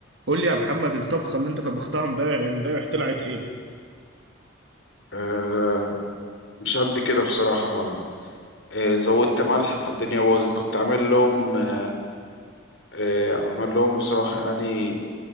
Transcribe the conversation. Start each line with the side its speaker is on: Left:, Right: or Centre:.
Right: قول لي يا محمد الطبخة اللي انت طبختها امبارح امبارح طلعت ايه؟
Left: آه مش قد كده بصراحة آه زودت ملح فالدنيا باظت كنت عامل لهم آه آه عامل لهم بصراحة يعني